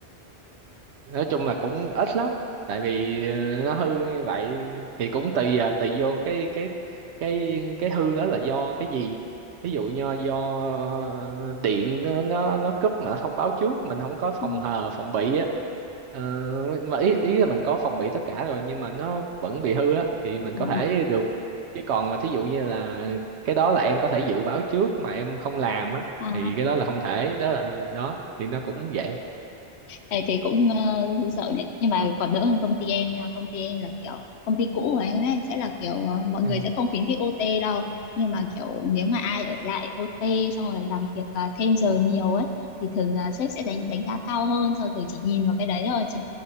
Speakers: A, on the right (about 80°); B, on the left (about 75°).
A: nói chung là cũng ít lắm tại vì ờ, nó hư như vậy thì cũng tùy à tùy vô cái cái cái cái hư đó là do cái gì ví dụ như do ờ, điện nó nó nó cúp mà nó không báo trước mình không có phòng
B: Ừ.
A: hờ phòng bị á ờ, mà ý ý là mình có phòng bị tất cả rồi nhưng mà nó vẫn bị hư á thì mình
B: Ờ.
A: có thể được chứ còn mà thí dụ như là cái đó là em có thể dự báo trước mà em không làm á
B: À.
A: thì cái đó là không thể đó là đó thì nó cũng vậy
B: Ê, thì cũng ờ, sợ nhỉ nhưng mà còn đỡ hơn công ty em nha công ty em là kiểu công ty cũ của em ấy sẽ là kiểu ờ, mọi người
A: Ừ.
B: sẽ không khuyến khích OT đâu nhưng mà kiểu nếu mà ai ở lại OT xong rồi làm việc ờ, thêm giờ nhiều ấy thì thường là sếp sẽ đánh đánh giá cao hơn sau rồi chỉ nhìn vào cái đấy thôi chị